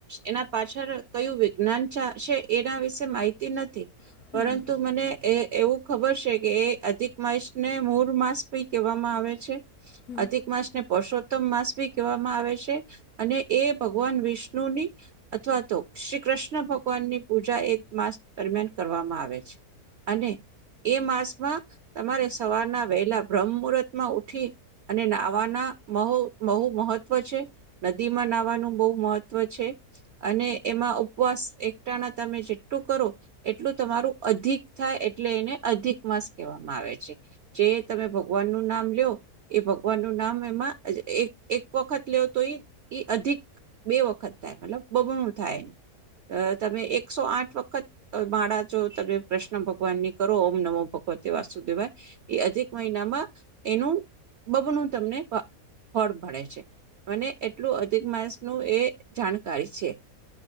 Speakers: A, on the right; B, on the left.
A: એના પાછળ કયું વિજ્ઞાન ચાલશે એના વિશે માહિતી નથી.
B: હમ
A: પરંતુ મને એ એવું ખબર છે કે એ અધિક માસને મોર માસ ભી કહેવામાં આવે છે.
B: હમ હમ
A: અધિક માસને પરસો તમ માસ ભી કેવામાં આવે છે અને એ ભગવાન વિષ્ણુની અથવા તો શ્રી કૃષ્ણ ભગવાન ની પૂજા એક માસ દરમિયાન કરવામાં આવે છે અને એ માસમાં તમારે સવારના વહેલા બ્રહ્મમુરત માં ઉઠી અને નાવાના મહો મહુ મહત્વ છે, નદીમાં નાહવાનું બહુ મહત્વ છે અને એમાં ઉપવાસ એકટાના તમે જેટલું કરો એટલું તમારું અધિક થાય એટલે એને અધિક માસ કહેવામાં આવે છે. જે તમે ભગવાનનું નામ લ્યો એ ભગવાનનું નામ એમાં જ એક એક વખત લ્યો તો ઈ ઈ અધિક બે વખત થાય મતલબ બમણું થાય. અ તમે એકસો આઠ વખત માળા જો તમે કૃષ્ણ ભગવાનની કરો ઓમ નમો ભગવતે વાસુદેવાય. એ અધિક મહિનામાં એનું બમનુ તમને ફ ફળ મલે છે. મને એટલું અધિક માણસ નું એ જાણકારી છે.